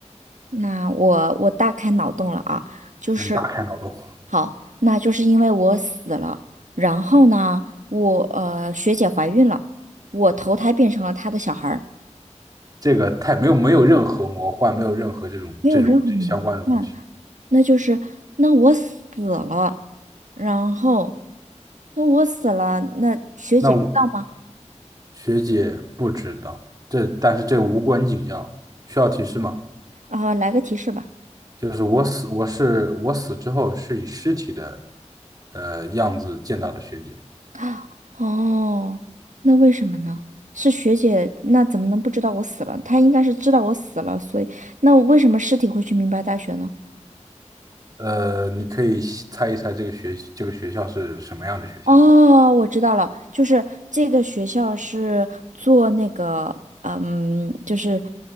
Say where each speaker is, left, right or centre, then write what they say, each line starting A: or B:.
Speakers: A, on the right; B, on the right.
A: 那我我大开脑洞了啊，就是
B: 嗯，打开脑洞。
A: 好，那就是因为我死了，然后呢，我呃学姐怀孕了，我投胎变成了她的小孩儿，
B: 这个太没有没有任何魔幻，没有任何这种这种这相关的东西。
A: 没有任何魔幻。那就是那我死了，然后那我死了，那学姐知道吗？
B: 那我学姐不知道，这但是这无关紧要，需要提示吗？
A: 啊、来个提示吧。
B: 就是我死，我是我死之后是以尸体的呃样子见到的学姐。
A: 啊，哦，那为什么呢？是学姐，那怎么能不知道我死了？她应该是知道我死了，所以那我为什么尸体会去明白大学呢？
B: 呃，你可以猜一猜这个学这个学校是什么样的学校？
A: 哦，我知道了，就是这个学校是做那个，嗯，就是